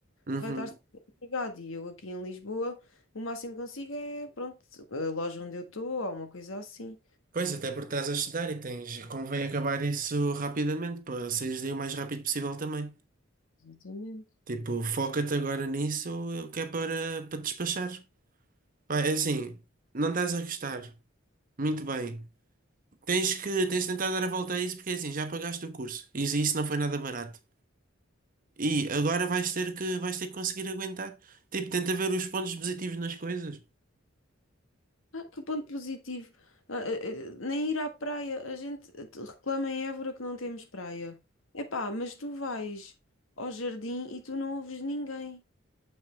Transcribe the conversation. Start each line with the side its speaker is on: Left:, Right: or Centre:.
Right: Uhum.
Left: vai estar sempre empregado. E eu aqui em Lisboa, o máximo que consigo é, pronto, a loja onde eu estou ou uma coisa assim.
Right: Pois, até porque estás a estudar e tens. Convém acabar isso rapidamente, para saíres daí o mais rápido possível também.
Left: Exatamente.
Right: Tipo, foca-te agora nisso, que é para, para te despachar. Ah, É assim, não estás a gostar. Muito bem. Tens que, tens de tentar dar a volta a isso porque é assim, já pagaste o curso. E isso não foi nada barato. E agora vais ter que, vais ter que conseguir aguentar. Tipo, tenta ver os pontos positivos nas coisas.
Left: Ah, que ponto positivo. Ah, ah, ah, nem ir à praia, a gente ah, te- reclama em Évora que não temos praia. Epá, mas tu vais ao jardim e tu não ouves ninguém.